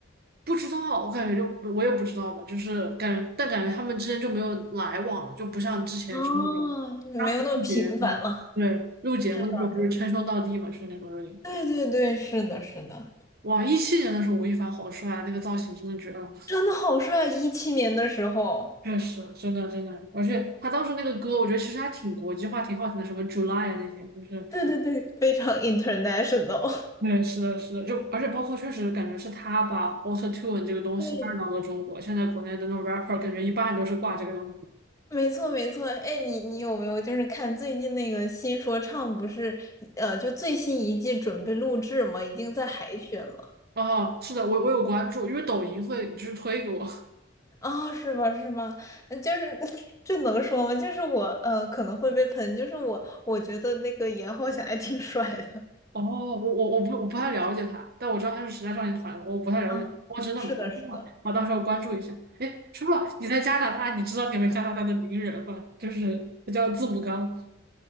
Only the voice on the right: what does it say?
不知道，我感觉就我也不知道吧，就是感觉，但感觉他们之间就没有来往了，就不像之前就是那种当时录节目，
对，录节目的时候不是称兄道弟嘛，
是那种有点。
哇，一七年的时候吴亦凡好帅啊，那个造型真的绝了，
确实，真的真的，而且他当时那个歌，我觉得其实还挺国际化，挺好听的，什么 July 啊那些，就是
对，是的，是的，就而且包括确实感觉是他把 Auto Tune 这个东西带到了中国，
现在国内的那种 rapper 感觉一般都是挂这个东西。
哦，是的，我我有关注，因为抖音会就是推给我。<laughs>
哦，我我我不我不太了解他，但我知道他是时代少年团的，我不太了解他。
哦真的吗？
哦好，
我到时候关注一下。哎，叔叔，你在加拿大，你知道你们加拿大的名人吗？就是他叫字母刚，